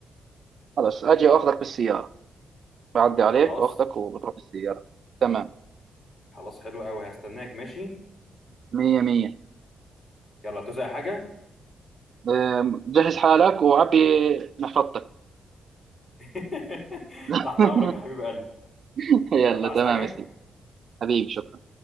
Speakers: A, on the right; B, on the left.
A: خلاص اجي واخدك بالسياره بعدي عليك
B: خلاص
A: واخدك وبتروح بالسياره تمام
B: خلاص حلو قوي هستناك ماشي
A: مية مية
B: يلا توزع حاجه
A: أم، جهز حالك وعبي محفظتك
B: <laughs>
A: <laughs>
B: تحت امرك يا حبيب قلبي
A: يلا
B: يلا عايز
A: تمام
B: حاجه
A: يا سيدي حبيبي شكرا